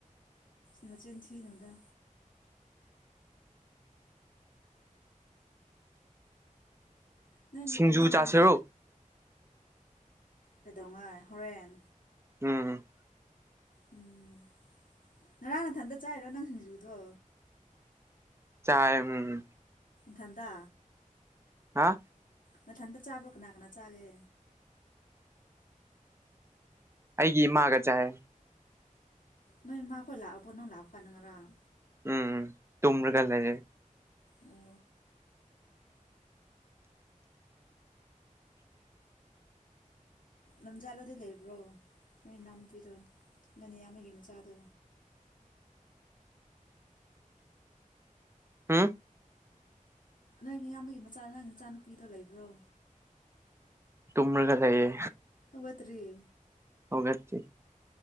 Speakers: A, on the left (about 75°); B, on the right (about 20°).
A: ꯅꯆꯤꯟ ꯊꯤꯅꯨ ꯗ ꯅꯣꯏ
B: ꯁꯤꯡꯖꯨ
A: ꯅꯝꯃꯗꯤ
B: ꯆꯥꯁꯤꯔꯣ
A: ꯀꯗꯣꯉꯥꯏ ꯍꯣꯔꯦꯟ
B: ꯎꯝ
A: ꯎꯝ ꯉꯔꯥꯡ ꯅꯊꯟꯇ ꯆꯥꯏꯔꯣ ꯅꯪ ꯁꯤꯡꯖꯨꯗꯣ
B: ꯆꯥꯏ ꯎꯝ
A: ꯊꯥꯟꯗꯥ
B: ꯍꯥ
A: ꯃꯊꯟꯇ ꯆꯥꯕ꯭ꯔꯥ ꯀꯅꯥ ꯀꯅꯥ ꯆꯥꯒꯦ
B: ꯑꯩꯒꯤ ꯏꯃꯥꯒ ꯆꯥꯏ
A: ꯅꯣꯏ ꯃꯥꯈꯣꯏ ꯂꯥꯛꯑꯕꯣ ꯅꯪ ꯂꯥꯛꯄ ꯀꯥꯟꯗ ꯉꯔꯥꯡ
B: ꯎꯝ ꯇꯨꯝꯔꯒ ꯂꯩꯔꯦ
A: ꯑꯣ ꯂꯝꯖꯥꯜꯂꯗꯤ ꯂꯩꯕ꯭ꯔꯣ ꯅꯣꯏ ꯏꯅꯥꯎꯅꯨꯄꯤꯗꯣ ꯅꯅꯤꯌꯥꯝꯕꯒꯤ ꯃꯆꯥꯗꯣ
B: ꯎꯝ
A: ꯅꯣꯏ ꯏꯌꯥꯝꯕꯒꯤ ꯃꯆꯥꯗ ꯅꯪ ꯅꯆꯥꯅꯨꯄꯤꯗꯣ ꯂꯩꯕ꯭ꯔꯣ
B: ꯇꯨꯃꯔꯒ ꯂꯩꯔꯦ
A: ꯍꯧꯒꯠꯇꯔꯤ
B: ꯍꯧꯒꯠꯇꯦ